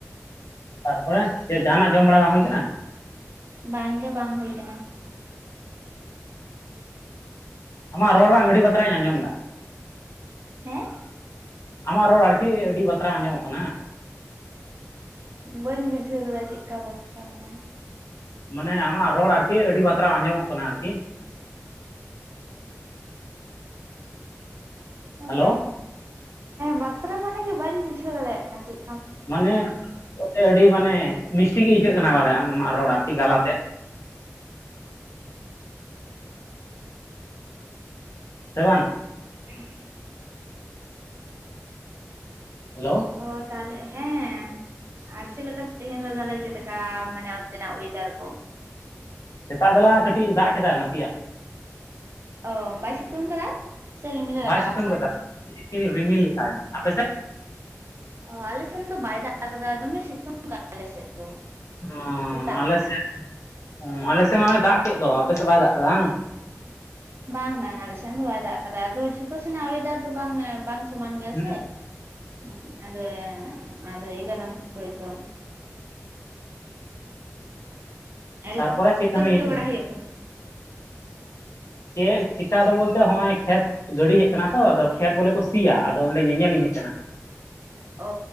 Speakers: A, on the left; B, on the right.
A: ᱛᱟᱨᱯᱚᱨᱮ ᱪᱮᱫ ᱡᱟᱦᱟᱱᱟᱜ ᱡᱚᱢ ᱵᱟᱲᱟ ᱵᱟᱝ ᱦᱩᱭ ᱟᱠᱟᱱᱟ?
B: ᱵᱟᱝᱜᱮ ᱵᱟᱝ ᱦᱩᱭ ᱠᱟᱱᱟ᱾
A: ᱟᱢᱟᱜ ᱨᱚᱲ ᱵᱟᱝ ᱟᱹᱰᱤ ᱵᱟᱛᱚᱨᱤᱧ ᱟᱸᱡᱚᱢ ᱫᱟ᱾
B: ᱦᱮᱸ
A: ᱟᱢᱟᱜ ᱨᱚᱲ ᱟᱹᱲᱛᱤ ᱟᱹᱰᱤ ᱵᱟᱛᱨᱟ ᱟᱸᱡᱚᱢᱚᱜ ᱠᱟᱱᱟ᱾
B: ᱵᱟᱹᱧ ᱵᱩᱡᱷᱟᱹᱣ ᱞᱮᱫᱟ ᱪᱮᱫᱞᱮᱠᱟ ᱵᱚᱛᱨᱟ ᱢᱟᱱᱮ
A: ᱢᱟᱱᱮ ᱟᱢᱟᱜ ᱨᱚᱲ ᱟᱨᱠᱤ ᱟᱹᱰᱤ ᱵᱟᱛᱨᱟ ᱟᱸᱡᱚᱢᱚᱜ ᱠᱟᱱᱟ ᱟᱨᱠᱤ ᱦᱮᱞᱳ
B: ᱵᱟᱛ ᱵᱟᱛᱨᱟ ᱢᱟᱱᱮ ᱵᱟᱹᱧ ᱵᱩᱡᱷᱟᱹᱣ ᱫᱟᱲᱮᱭᱟᱜ ᱠᱟᱱᱟ ᱪᱮᱫ?
A: ᱢᱟᱱᱮ ᱟᱹᱰᱤ ᱢᱟᱱᱮ ᱢᱤᱥᱴᱤ ᱜᱤ ᱟᱹᱭᱠᱟᱹᱜ ᱠᱟᱱᱟ ᱵᱚᱞᱮ ᱟᱢ ᱟᱢᱟᱜ ᱨᱚᱲ ᱟᱨᱠᱤ ᱜᱟᱞᱟᱛᱮᱡ ᱥᱮ ᱵᱟᱝ
B: ᱦᱩᱸ
A: ᱦᱮᱞᱳ
B: ᱚ ᱛᱟᱦᱚᱞᱮ ᱦᱮᱸ ᱟᱨ ᱪᱮᱫᱮᱠᱟ ᱛᱮᱦᱮᱧ ᱫᱚ ᱛᱟᱦᱚᱞᱮ ᱪᱮᱫ ᱞᱮᱠᱟ ᱢᱟᱱᱮ ᱚᱱᱛᱮᱱᱟᱜ ᱚᱭᱮᱫᱟᱨ ᱠᱚ?
A: ᱥᱮᱛᱟᱜ ᱵᱮᱞᱟ ᱠᱟᱹᱴᱤᱡ ᱫᱟᱜ ᱠᱮᱫᱟ ᱱᱟᱥᱮᱭᱟᱜ᱾
B: ᱚ ᱵᱟᱭ ᱥᱤᱛᱩᱝ ᱠᱟᱫᱟ? ᱥᱮ ᱨᱤᱢᱤᱞᱮ
A: ᱵᱟᱭ
B: ᱨᱟᱠᱟᱵ
A: ᱥᱤᱛᱩᱝ ᱠᱟᱫᱟ ᱨᱤᱢᱤᱞ ᱨᱤᱢᱤᱞ ᱠᱟᱜᱼᱟᱭ <unintelligible> ᱟᱯᱮ ᱥᱮᱫ?
B: ᱚ ᱟᱞᱮ ᱥᱮᱱ ᱫᱚ ᱵᱟᱭ ᱫᱟᱜ ᱠᱟᱫᱟ ᱫᱚᱢᱮ ᱥᱤᱛᱩᱝ ᱠᱟᱱ ᱟᱞᱮ ᱥᱮᱫ ᱫᱚ᱾
A: ᱚ
B: ᱥᱮᱛᱟᱜ
A: ᱟᱞᱮ
B: ᱠᱷᱚᱱᱟᱜ
A: ᱥᱮᱫ ᱟᱞᱮ ᱥᱮᱫ ᱢᱟᱭ ᱫᱟᱜ ᱠᱮᱫ ᱫᱚ, ᱟᱯᱮᱥᱮᱫ ᱵᱟᱭ ᱫᱟᱜ ᱟᱠᱟᱫᱟ ᱦᱟᱝ?
B: ᱵᱟᱝ ᱵᱟᱝ ᱟᱞᱮ ᱥᱮᱱ ᱫᱚ ᱵᱟᱭ ᱫᱟᱜ ᱟᱠᱟᱫᱟ ᱟᱫᱚ ᱡᱷᱚᱛᱚ ᱥᱮᱱᱟᱜ ᱚᱭᱮᱫᱟᱨ ᱫᱚ ᱵᱟᱝ ᱵᱟᱝ ᱥᱢᱟᱱ ᱜᱮᱭᱟ
A: ᱦᱩᱸ
B: ᱥᱮ ᱦᱩᱸ ᱟᱫᱚ ᱟᱫᱚ ᱮᱭ ᱠᱟᱨᱚᱱ ᱛᱮ ᱦᱳᱭᱛᱚ᱾ <unintelligible>
A: ᱛᱟᱨᱯᱚᱨᱮ ᱪᱮᱫ ᱠᱟᱹᱢᱤ
B: ᱪᱤᱠᱟᱹ
A: ᱦᱩᱭᱩᱜ
B: ᱵᱟᱲᱟ ᱦᱳᱭᱳᱜ ᱠᱟᱱᱟ?
A: ᱪᱮᱫ ᱪᱮᱠᱟ ᱫᱚ ᱵᱚᱞᱛᱮ ᱦᱚᱸᱜᱼᱚᱭ ᱠᱷᱮᱛ ᱜᱟᱹᱰᱤ ᱦᱮᱡ ᱠᱟᱱᱟ ᱛᱚ ᱟᱫᱚ ᱠᱷᱮᱛ ᱵᱚᱞᱮ ᱠᱚ ᱥᱤᱭᱟ ᱟᱫᱚ ᱚᱸᱰᱮ ᱧᱮᱧᱮ ᱞᱤᱧ ᱦᱮᱡ ᱠᱟᱱᱟ᱾
B: ᱚ